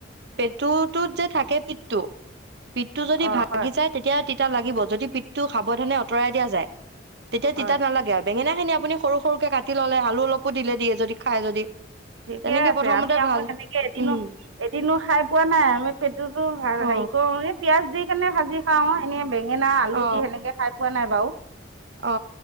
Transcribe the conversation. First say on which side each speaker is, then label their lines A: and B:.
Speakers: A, on the right; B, on the right.
A: পেটুটোত যে থাকে পিঠটো পিঠটো যদি
B: অ
A: ভাগি
B: হয়
A: যায়, তেতিয়া তিতা তিতা লাগিব, যদি পিঠটো সাৱধানে আঁতৰাই দিয়া যায় তেতিয়া
B: হয়
A: তিতা নালাগে আৰু বেঙেনা হয়নে আপুনি সৰু-সৰুকে কাটি ল'লে, আলু অলপো দিলে, দিয়ে যদি খাই যদি
B: ঠিকে
A: তেনেকে
B: আছে,
A: প্ৰথমতে
B: আমি আকৌ
A: ভাজ
B: সেনেকে এদিনো-এদিনো
A: উম
B: খাই পোৱা নাই, আৰু পেটতো হেৰি
A: অ
B: কৰো নে পিয়াঁজ দি কেনে ভাজি খাওঁ, এনে বেগ বেঙেনা, আলু
A: অ
B: দি সেনেকে খাই পোৱা নাই। বাও
A: অ,